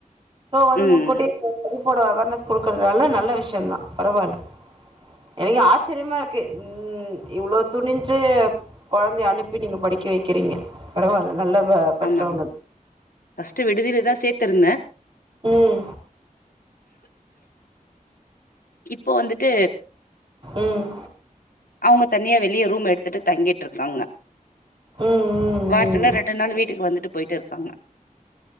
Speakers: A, on the right; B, on the left.
A: சோ வந்து
B: ம்
A: முன் கூட்டியே படிப்போட அவர்னஸ் கொடுக்கறதால நல்ல விஷயம் தான் பரவாயில்ல எனக்கு ஆச்சரியமா இருக்கு ம் இவ்ளோ துணிஞ்சு கொழந்தைய அனுப்பி நீங்க படிக்க வக்கிறீங்க பரவாயில்ல நல்ல பெற்றவங்க
B: ஆமாங்க ஃப்ஸ்ட்டு விடுதிலதான் சேத் திருடன
A: உம்
B: இப்போ வந்துட்டு
A: ம் ம்
B: அவங்க தனியா வெளிய ரூம் எடுத் பத்துட்டு தங்கிட்டு இருக்காங்க
A: ம்
B: வாரத்தில
A: ம்
B: ரெண்டு நாள் வீட்டுக்கு வந்துட்டு போயிட்டு இருக்காங்க